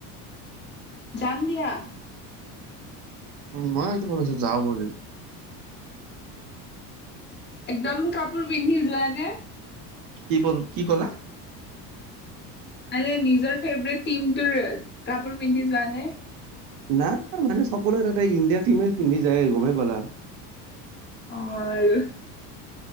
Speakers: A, on the left; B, on the right.
A: যাম দিয়া।
B: উম, মই সেইটো ভাবিছো যাওঁ বুলি।
A: একদম, কাপোৰ পিন্ধি যোৱা নে?
B: কি, ব-কি ক'লা?
A: মানে নিজৰ ফেভৰেট টিম টোৰ কাপোৰ পিন্ধি যোৱা নে?
B: নাই মানে সকলোৱে তাতে ইণ্ডিয়া টিমে পিন্ধি যায় গমেই পালা।
A: অ আৰু।